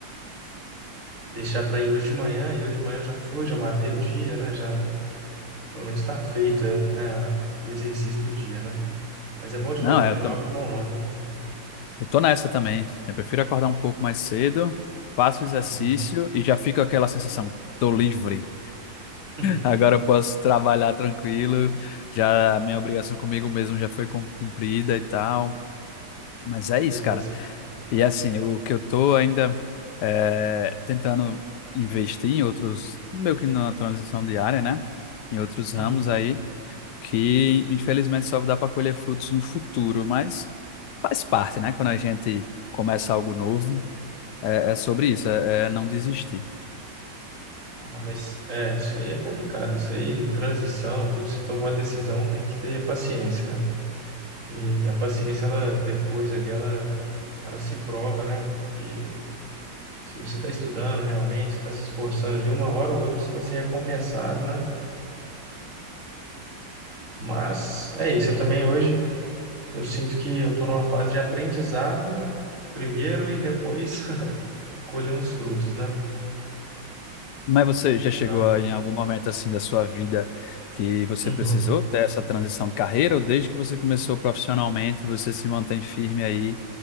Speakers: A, on the right; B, on the left.
A: deixar para ir hoje de manhã, e hoje de manhã eu já fui, já matei o dia, né? Já, pelo menos está feita, né? a- O exercício do dia, né? Mas é bom demais
B: Não,
A: também,
B: é, eu
A: não
B: tam-
A: abro mão não, viu?
B: eu tô nessa também. Eu prefiro acordar um pouco mais cedo, faço exercício
A: Uhum.
B: e já fico aquela sensação, tô livre.
A: <laughs>
B: Agora eu posso trabalhar tranquilo. Já a minha obrigação comigo mesmo já foi cum- cumprida e tal. Mas é
A: Pois
B: isso, cara.
A: é. se-
B: E assim, o que eu tô ainda é, tentando investir em outros, meio que na transição diária, né? Em outros ramos
A: Uhum.
B: aí, que infelizmente só dá para colher frutos no futuro, mas faz parte, né? Quando a gente começa algo novo, é, é sobre isso, é é não desistir.
A: Ah, não, mas é, isso aí é complicado. Isso aí, transição, tudo, se tomou a decisão, tem que ter paciência, né? E a paciência, ela depois ali, ela, ela se prova, né? Porque se você está estudando realmente, está se esforçando ali, uma hora ou outra você vai ser recompensado, né? Mas é isso. Eu também hoje Eu sinto que eu estou numa fase de aprendizado primeiro e depois <laughs> colher uns frutos, né?
B: Mas você já chegou
A: Ah,
B: a- em algum momento assim da sua vida que você
A: uhum.
B: precisou ter essa transição de carreira, ou desde que você começou profissionalmente, você se mantém firme aí